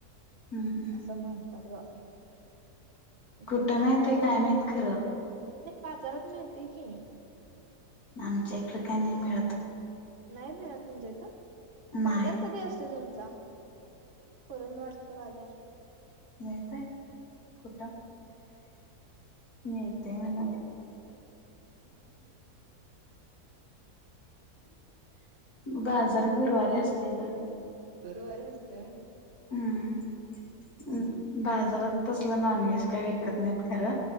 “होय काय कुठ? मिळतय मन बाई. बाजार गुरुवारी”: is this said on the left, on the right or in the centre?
Left